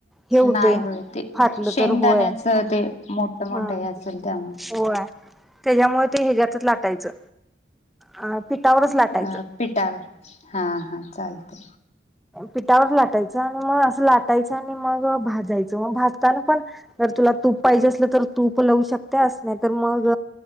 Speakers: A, in the centre; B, on the left (about 40°).
A: हे होतंय.
B: नाही होय ते
A: फाटलं
B: शेंगदाण्याचं
A: तर होय.
B: ते मोठं मोठं
A: हम.
B: हे असेल त्यामुळे
A: होय. त्याच्यामुळे ते ह्याच्यातच लाटायचं. अ पिठावरच लाटायचं
B: अ पिठावर हा, हा, चालते.
A: पिठावर लाटायचं आणि, मग असं लाटायचं आणि मग भाजायचं मग भाज भाजताना पण जर तुला, तूप पाहिजे असलं तर तूप लावू शकत्यास. नाही तर मग